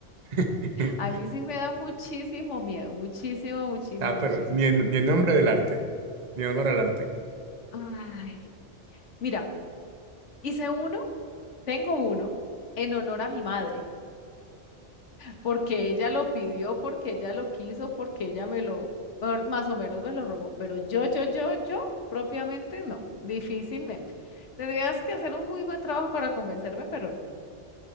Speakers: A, on the right; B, on the left.
A: <laughs>
B: A mí sí me da muchísimo miedo, muchísimo, muchísimo,
A: ah,
B: muchísimo.
A: pero ni en, ni en nombre del arte, ni en honor al arte.
B: Ay, mira, hice uno, tengo uno en honor a mi madre, porque ella lo pidió, porque ella lo quiso, porque ella me lo, mejor- más o menos me lo rogó, pero yo, yo, yo, yo, propiamente no, difícilmente. Tendrías que hacer un muy buen trabajo para convencerme, pero no.